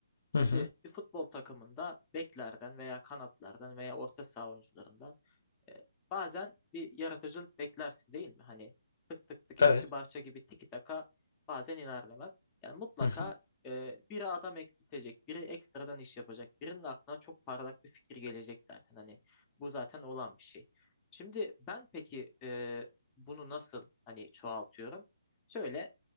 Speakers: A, on the left; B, on the left.
A: Hı
B: Şimdi
A: hı.
B: bir futbol takımında beklerden veya kanatlardan veya orta saha oyuncularından e, bazen bir yaratıcılık beklersin değil mi? Hani tık tık tık
A: Evet.
B: eski Barça gibi tiki taka bazen ilerlemez. Yani mutlaka
A: Hı hı.
B: e, biri adam eksiltecek, biri ekstradan iş yapacak, birinin aklına çok parlak bir fikir gelecek zaten. Hani bu zaten olan bir şey. Şimdi ben peki e, bunu nasıl hani çoğaltıyorum? Şöyle